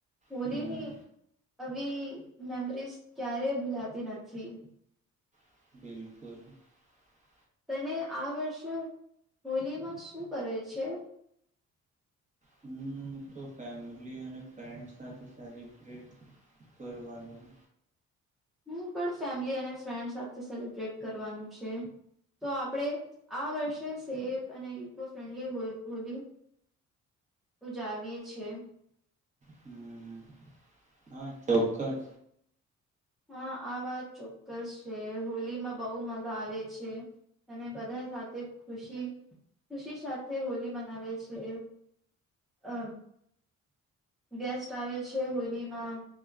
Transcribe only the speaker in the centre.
હોલી
ની. આવી મેમરીઝ ક્યારેય ભૂલાતી નથી.
તને આ વર્ષે હોલીમાં શું કરે છે.
હું પણ ફેમિલી અને ફ્રેન્ડ સાથે સેલિબ્રેટ કરવાનું છે, તો આપણે આ વર્ષે સેફ અને ઇકો ફ્રેન્ડલી હોલી ઉજાવીએ છીએ.
હા આ વાત ચોક્કસ છે હોલીમાં બહુ મજા આવે છે, અને બધા સાથે ખુશી ખુશી સાથે હોલી મનાવે છે, અ ગેસ્ટ આવે છે હોલીમાં,